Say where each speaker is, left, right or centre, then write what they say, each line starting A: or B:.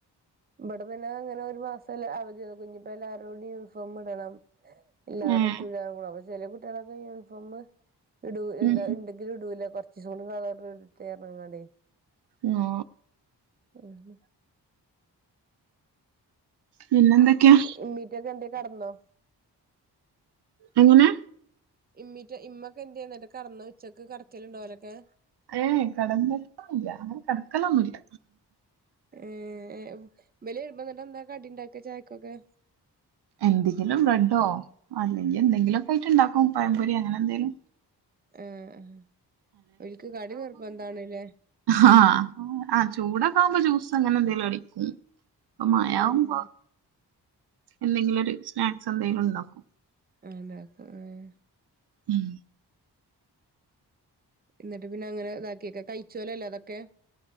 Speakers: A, on the right; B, on the right.
A: ഇവിടെ പിന്നെ അങ്ങനെ ഒരു മാസല്ല അവധിന്നേ ഞ്ഞിപ്പം എല്ലാരോടും യൂണിഫോം ഇടണം ഇല്ലാതെ
B: ഏഹ്
A: പറ്റൂല്ല അപ്പൊ ചെല കുട്ടികളൊക്കെ യൂണിഫോം ഇടു
B: ഉം
A: എന്താ ഉണ്ട്. ഇടൂല കൊർച്ചീസുക്കൂടി കളർ ഇടട്ടേ പർഞ്ഞ്കാണ്ടെ.
B: നോ
A: ഉം.
B: പിന്നെന്തെക്കെയാ.
A: ഇമ്മീറ്റൊക്കെ എന്തേ കടന്നോ.
B: എങ്ങനെ
A: ഇമ്മിറ്റ ഇമ്മൊക്കെ എന്ധ്യേ എന്നിട്ട് കടന്നോ ഉച്ചക്ക് കടക്കലുണ്ടോലൊക്കെ.
B: ഏഹ് കടന്നിട്ടോന്നുല്ല അങ്ങനെ കടക്കലൊന്നുല്ല.
A: ഏഹ് ഇവല് വെരുമ്പ എന്നിട്ട് എന്താ കടി ഉണ്ടാക്ക ചായക്കൊക്കെ
B: എന്തെങ്കിലും ബ്രെഡോ അല്ലെങ്കിൽ എന്തെങ്കിലുമൊക്കെ ആയിട്ട് ഉണ്ടാക്കും പായംപൊരി അങ്ങനെ എന്തെലും
A: ആഹ് ഓൽക്ക് കടി നിർബന്താണല്ലേ
B: ആഹ് ആ ചൂടൊക്കെ ആകുമ്പോ ജ്യൂസ് അങ്ങനെ എന്തെങ്കിലും അടിക്കും.
A: ഉം
B: മയാവുമ്പോ എന്തെങ്കിലും ഒരു സ്നാക്സ് എന്തെങ്കിലും ഉണ്ടാക്കും.
A: ആഹ് ഉണ്ടാക്കും ഏഹ്
B: ഉം
A: ന്നട്ട് പിന്നെ അങ്ങനെ ഇതാക്കിയൊക്കെ കഴിച്ചോലോല്ലെ അതൊക്കെ.